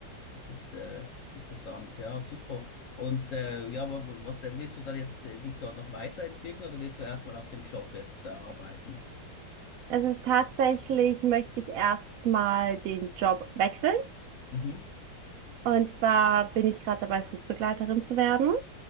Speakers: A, on the left (about 65°); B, on the right (about 75°).
A: Das ist äh, interessant, ja, super. Und äh, ja, wa- wa- was denn, willst du dann jetzt äh, dich dort noch weiterentwickeln oder willst du erstmal auf dem Job jetzt äh, arbeiten?
B: Also tatsächlich möchte ich erstmal den Job wechseln
A: Mhm.
B: Und zwar bin ich gerade dabei, Flugbegleiterin zu werden,